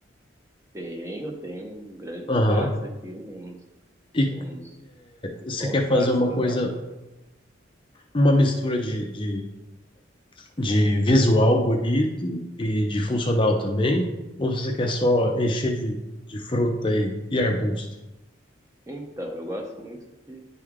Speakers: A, on the right; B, on the left.
A: tenho, tenho um grande
B: Aham.
A: espaço aqui, uns,
B: E
A: uns, uns
B: você
A: bons
B: quer fazer
A: metros
B: uma
A: quadrados.
B: coisa, uma mistura de, de, de visual bonito e de funcional também? Ou você quer só encher de, de fruta e, e arbusto?
A: Então, eu gosto muito de